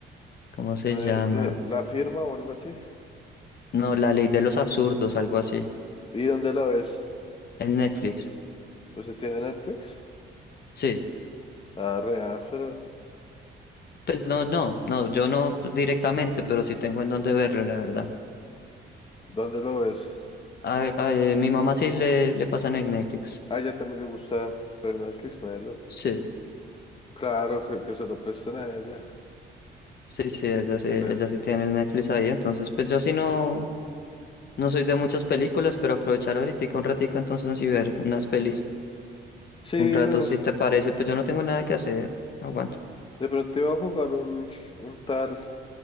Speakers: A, on the left; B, on the left.
A: ¿Cómo se
B: eh,
A: llama?
B: de, la firma o algo así.
A: No, la ley de los absurdos, algo así,
B: ¿Y dónde la ves?
A: en Netflix.
B: ¿Pues se tiene Netflix?
A: Sí,
B: Ah, re áspero.
A: pues no, no, no, yo no directamente, pero sí tengo en dónde verlo, la verdad.
B: ¿Dónde lo ves?
A: A, a, eh, mi mamá sí le, le pasan en el Netflix.
B: Ah, ella también le gusta ver Netflix, melo.
A: Sí,
B: Claro, que, que se lo presten a ella.
A: sí, sí, ella sí,
B: Que
A: ella
B: le-
A: sí tiene el Netflix ahí, entonces pues yo sí no, no soy de muchas películas, pero aprovechar ahorita un ratico entonces sí ver unas pelis.
B: Sí,
A: Un rato,
B: bueno,
A: si te parece, pues yo no tengo nada que hacer, aguanta.
B: de pronto iba a jugar un, un tal